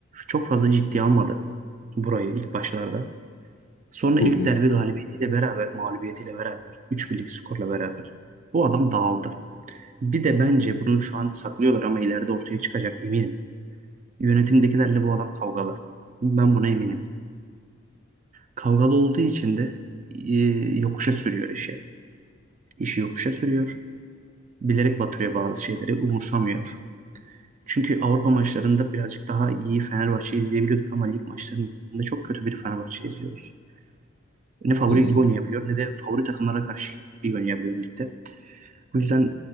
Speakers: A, on the right; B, on the left.
A: çok fazla ciddiye almadı burayı ilk başlarda. Sonra ilk
B: hı hı,
A: derbi galibiyetiyle beraber, mağlubiyetiyle beraber, üç birlik skorla beraber bu adam dağıldı. Bir de bence bunu şu an saklıyorlar ama ileride ortaya çıkacak eminim. Yönetimdekilerle bu adam kavgalar. Ben buna eminim. Kavgalı olduğu için de e, yokuşa sürüyor işi. İşi yokuşa sürüyor. Bilerek batırıyor bazı şeyleri, umursamıyor. Çünkü Avrupa maçlarında birazcık daha iyi Fenerbahçe izleyebiliyorduk ama lig maçlarında çok kötü bir Fenerbahçe izliyoruz. Ne favori
B: hı hı.
A: gibi oynayabiliyor ne de favori takımlara karşı iyi oynayabiliyor ligde. Bu yüzden